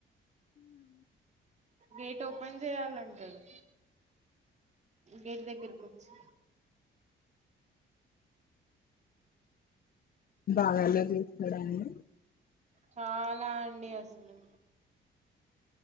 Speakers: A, on the right; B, on the left.
A: గేట్ ఓపెన్ చేయాలంటాడు గేట్ దగ్గరకు వచ్చి
B: బాగా అల్లరి చేస్తాడండి
A: చాలా అండి అసలు